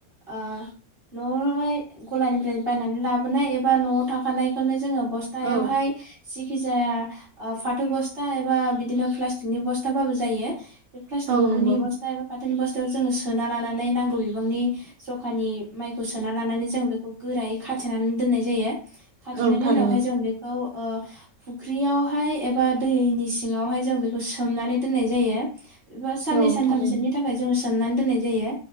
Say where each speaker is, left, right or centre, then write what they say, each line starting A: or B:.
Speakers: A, on the right (about 40°); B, on the right (about 70°).
A: ओ नआवहाय गलानिफ्राय बायनानै लाबोनाय एबा नआव थाखानायखौनो जोङो। बस्थायावहाय
B: औ
A: जिखिजाया ओ फाथो बस्था एबा बिदिनो प्लास्टिकनि बस्थाबाबो जायो । प्लाटिक
B: औ
A: आवनि
B: नंगौ
A: बस्था एबा फा थोनि बस्थायाव जोङो सोना लानानै नांगौ बिबांनि जखानि माइखौ सोना लानानै जों बेखौ गोरायै खाथेनानै दोननाय जायो। खाथेनायनि
B: औ थारैनो
A: उनावहाय जों बेखौ । ओ फुख्रियावहाय एबा दैनि सिङावहाय जों बेखौ सोमनानै दोननाय जायो। बा साननै
B: औ
A: सानथामसोनि
B: थारैनो
A: थाखाय जों सोमनानै दोननाय जायो